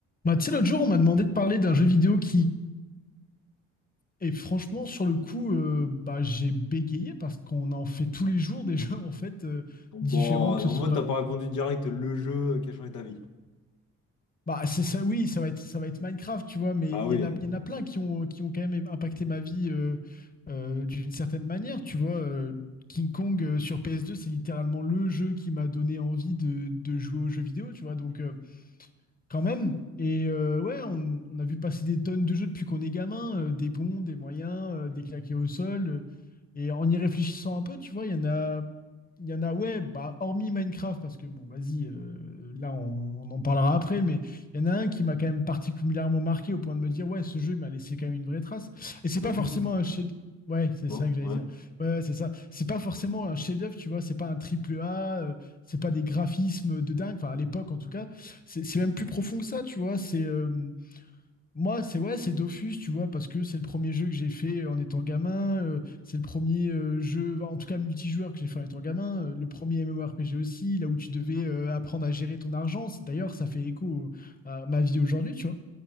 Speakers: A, on the left; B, on the left.
A: Bah, tu sais, l'autre jour, on m'a demandé de parler d'un jeu vidéo qui et franchement, sur le coup, euh, bah, j'ai bégayé parce qu'on en fait tous les jours des <laughs> jeux en fait euh,
B: Bon,
A: différents,
B: en
A: que ce soit.
B: mode, t'as pas répondu direct le jeu qui a changé ta vie.
A: Bah, c'est ça, oui, ça va être, ça va être Minecraft, tu vois, mais
B: Bah
A: il
B: oui,
A: y en a, il y en a plein qui ont, qui ont quand même impacté ma vie euh, euh, d'une certaine manière, tu vois. euh, King Kong euh, sur PS2, c'est littéralement le jeu qui m'a donné envie de, de jouer aux jeux vidéo, tu vois. Donc, euh, Quand même. Et euh, ouais, on, on a vu passer des tonnes de jeux depuis qu'on est gamin, euh, des bons, des moyens, euh, des claqués au sol. euh, et en y réfléchissant un peu, tu vois, il y en a, il y en a, ouais, bah, hormis Minecraft, parce que bon, vas-y, euh, là, on, on en parlera après, mais il y en a un qui m'a quand même particulièrement marqué au point de me dire, ouais, ce jeu, il m'a laissé quand même une vraie trace. Et c'est
B: Dofus,
A: pas forcément un chef Ouais, c'est
B: non?
A: ça que j'allais
B: Ouais.
A: dire. Ouais, ouais, c'est ça. C'est pas forcément un chef-d'œuvre, tu vois, c'est pas un triple A, euh, c'est pas des graphismes de dingue, enfin, à l'époque, en tout cas c'est c'est même plus profond que ça, tu vois. C'est euh, moi, c'est ouais, c'est Dofus, tu vois, parce que c'est le premier jeu que j'ai fait en étant gamin. euh, c'est le premier euh, jeu, enfin, en tout cas multijoueur que j'ai fait en étant gamin. euh, le premier MMORPG aussi, là où tu devais euh, apprendre à gérer ton argent. C'est- D'ailleurs, ça fait écho au- à ma vie aujourd'hui, tu vois.